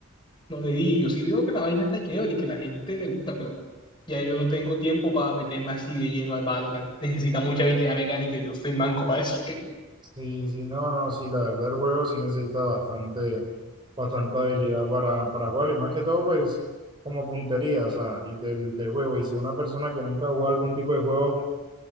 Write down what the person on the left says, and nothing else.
los dedillos. Sí veo que la vaina está chévere y que la gente le gusta, pero ya yo no tengo tiempo para meterme así de lleno al Valorant. Necesita mucha habilidad mecánica y yo soy manco para eso. <laughs>